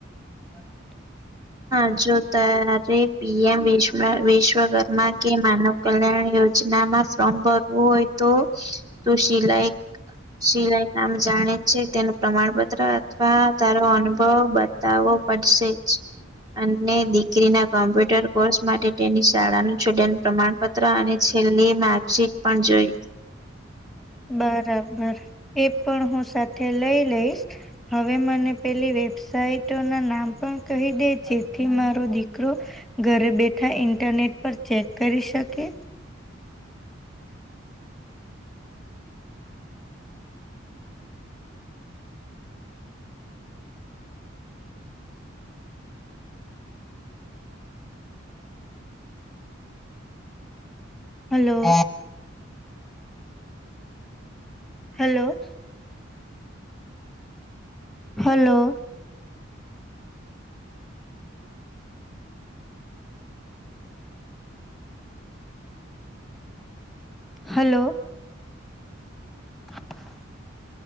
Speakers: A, in the centre; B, on the right.
A: <inaudible>
B: હા જો તારે પી એમ વિશ વિશ્વ ઘરમાં કે માનવ કલ્યાણ યોજનામાં ફોર્મ ભરવું હોય તો તો સિલાઈ સિલાઈ કામ જાણે છે તેનું પ્રમાણપત્ર અથવા તારો અનુભવ બતાવવો પડશે જ. અને દીકરી ના કોમ્પ્યુટર કોર્સ માટે તેની શાળાનું છૂટેલા પ્રમાણ પત્ર અને છેલ્લી માર્કશીટ પણ જોઈ.
A: બરાબર એ પણ હું સાથે લઈ લઈશ હવે મને પેલી વેબસાાઈટો ના નામ પણ કહી દે જેથી મારો દીકરો ઘરે બેઠા ઇન્ટરનેટ પર ચેક કરી શકે. હલો. હેલો. હલો. હલો. <inaudible>